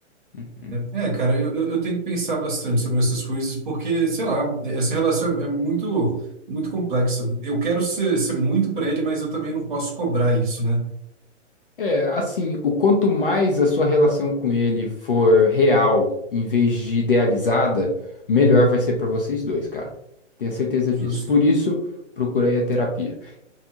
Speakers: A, on the left; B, on the right.
A: uhum.
B: É, cara, eu, eu eu tenho que pensar bastante sobre essas coisas, porque, sei lá, essa relação é, é muito, muito complexa. Eu quero ser, ser muito para ele, mas eu também não posso cobrar isso, né?
A: É, assim, o quanto mais a sua relação com ele for real em vez de idealizada, melhor
B: Uhum.
A: vai ser pra vocês dois, cara. Tenha certeza
B: Justo.
A: disso. Por isso, procura aí a terapia.